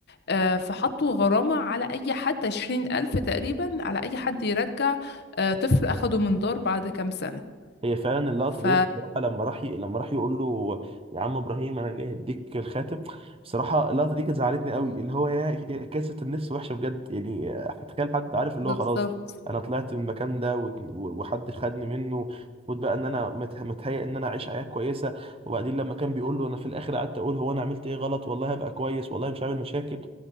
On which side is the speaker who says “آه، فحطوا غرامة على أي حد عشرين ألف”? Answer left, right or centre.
Left